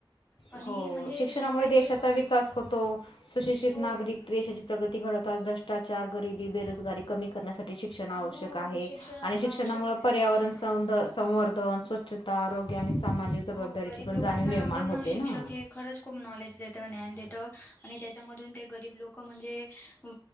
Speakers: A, on the left (about 20°); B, on the left (about 70°).
A: आणि
B: हो
A: म्हणजे
B: शिक्षणामुळे
A: शिकवायचे
B: देशाचा
A: पण.
B: विकास होतो. सुशिक्षित
A: हो
B: नागरिक देशाची प्रगती घडवतात भ्रष्टाचार गरिबी बेरोजगारी कमी करण्यासाठी शिक्षण आवश्यक
A: हो
B: आहे
A: शिक्षण
B: आणि शिक्षणामुळे
A: आवश्यक आहे
B: पर्यावरण संध संवर्धन, स्वच्छता, आरोग्य आणि सामाजिक जबाबदारीची
A: हो गरीब
B: पण
A: लोकांना
B: जाणीव निर्माण
A: पण
B: होते. ना
A: शिक्षक हे खरंच खूप नॉलेज देतं, ज्ञान देतं आणि त्याच्यामधून ते गरीब लोक म्हणजे व